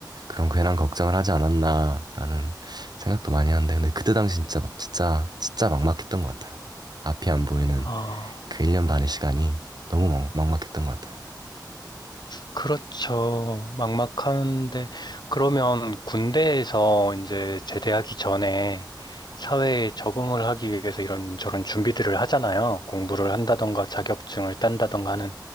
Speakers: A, on the right (about 65°); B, on the left (about 70°).
A: 그런 괜한 걱정을 하지 않았나라는 생각도 많이 하는데 근데 그때 당시 진짜 진짜 진짜 막막했던 것 같아요. 앞이 안 보이는
B: 아,
A: 그 1년 반의 시간이 너무 막, 막막했던 것 같아요.
B: 그렇죠. 막막한데, 그러면 군대에서 이제 제대하기 전에 사회에 적응을 하기 위해서 이런저런 준비들을 하잖아요. 공부를 한다던가 자격증을 딴다던가 하는